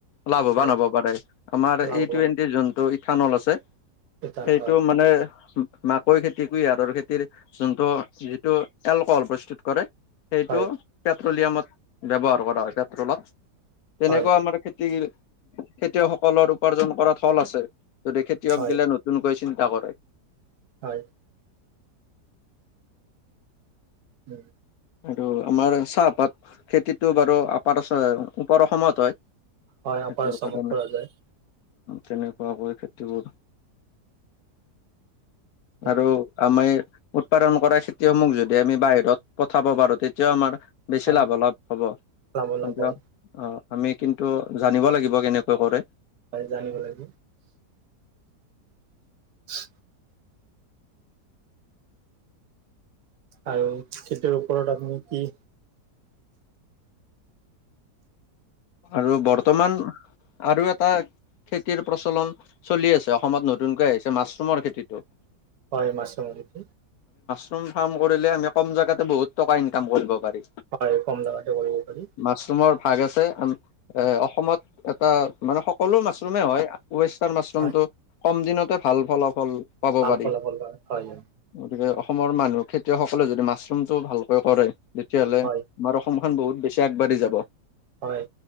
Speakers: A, on the left; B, on the right.
A: লাভৱান
B: হয়
A: হব পাৰে, আমাৰ
B: লাভৱান
A: ই টুৱেণ্টিৰ জোনটো ইথানল আছে
B: এটা
A: সেইটো
B: হয়
A: মানে মাকৈ খেতি কৰি <unintelligible> খেতিৰ যোনটো, যিটো এলকহল প্ৰস্তুত কৰে, সেইটো
B: হয়
A: পেট্ৰলিয়ামত ব্যৱহাৰ কৰা হয় পেট্ৰলত। তেনেকুৱা
B: হয়
A: আমাৰ খেতিৰ খেতিয়কসকলৰ উপাৰ্জন কৰা থল আছে। যদি খেতিয়ক
B: হয়
A: গিলা নতুনকৈ চিন্তা কৰে।
B: হয়। উম,
A: আৰু আমাৰ চাহপাত খেতিটো বাৰু আপাৰ আছা ওপৰ অসমত হয়।
B: হয়,
A: সেইটো
B: আপাৰ আসামত
A: কাৰণে
B: কৰা যায়।
A: তেনেকুৱাকৈ খেতিবোৰ
B: উম
A: আৰু আমাৰ উৎপাদন কৰা খেতিসমূহ যদিহে আমি বাহিৰত পঠাব পাৰো তেতিয়াও আমাৰ বেছি
B: হয়
A: লাভ লাভ হ'ব,
B: লাভ
A: কিন্তু,
B: লাভ হয়
A: অ', আমি কিন্তু জানিব লাগিব কেনেকৈ কৰে।
B: হয়, জানিব লাগিব। <unintelligible> আৰু খেতিৰ ওপৰত আপুনি কি
A: আৰু বৰ্তমান, আৰু এটা এটা খেতিৰ প্ৰচলন চলি আছে, অসমত নতুনকৈ আহিছে মাছৰুমৰ খেতিটো।
B: হয়, মাছৰুম খেতি।
A: ফ্ৰম-ফ্ৰাম কৰিলে আমি কম বহুত টকা ইনকাম কৰিব পাৰি,
B: হয় কম জাগাতে কৰিব পাৰি
A: মাছৰুমৰ ভাগ আছে, এ, অসমত এটা মানে সকলো মাছৰুমেই হয়, ৱেষ্টাৰ্ণ মাছৰুমটো
B: হয়
A: কম দিনতে ভাল ফলাফল পাব
B: ভাল
A: পাৰি।
B: ফলাফল পায় হয়
A: গতিকে অসমৰ মানুহ খেতিয়কসকলে যদি মাছৰুমটো ভালকৈ কৰে, তেতিয়াহ'লে
B: হয়
A: আমাৰ অসম খন বহুত বেছি আগবাঢ়ি যাব।
B: হয়,